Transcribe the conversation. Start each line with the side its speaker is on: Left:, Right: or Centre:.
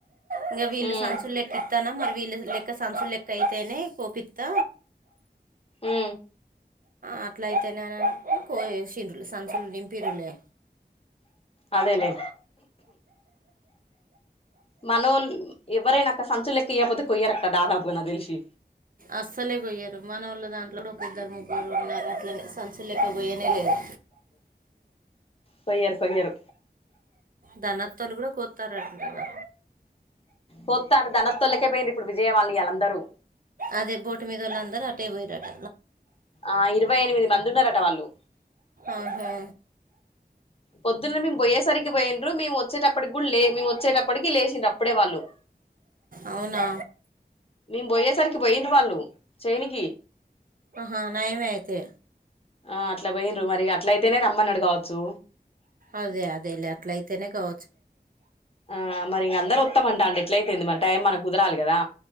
Right: ఇంకా వీళ్ళు
Left: ఉమ్
Right: సంచులు ఎెక్కిస్తానా మరి వీళ్ళ లెక్క సాన్సూలు లెక్క అయితేనే కోోపిిత్
Left: ఆ
Right: అట్ల అయితేనేనంట కో చిండ్రులు సంచలు నింపిరులే
Left: అదేలే మనం ఎవరైనా అక్క సంచు లెక్క అయకపోతే కొయ్యరక్క దాదాపుయిన తెలిసి
Right: అస్సలే కొయ్యారు మన వాళ్ళ దాంట్లో కూడా ఒక ఇద్దరు ముగ్ళ్ళ ఉన్నారు అట్లనే సంచ లెక్క కొయనే లేదు
Left: కొయ్యరు కొయ్యరు
Right: ధనత్వాలు కూడా కొతారంటవా
Left: పొస్తారు ధన తొలికపోయింది ఇప్పుడు విజయవాళ్ళ వాళ్ళందరూ
Right: అదే బోటు మీద వాళ్ళ అందరుూ అటే పోయారుట
Left: ఆ ఇరవై ఎనిమిది మంది ఉన్నారట వాళ్ళు
Right: ఆహా,
Left: పొద్దున్న మేము పోయేసరికి పోయిండ్రు మేము వచ్చేటప్పటికి కూడా లే మేము వచ్చేటప్పటికి లేచిండ్ర అప్పుడే వాళ్ళు
Right: అవునా
Left: మేము పోయేసరికి పోయిండు వాళ్ళు చేనుకి
Right: ఆహా నయమే అయితే
Left: ఆ అట్లా పోయిన్రు మరి అట్ల అయితేనే రమ్మన్నాడు కావచ్చు
Right: అదే అదే లే అట్ల అయితేనే గౌ
Left: ఆ మరి ఇంక అందరుూ వత్తామంట అం ఎట్ల అయిపోయింది మరి టైం మనకి కుదరాలి కదా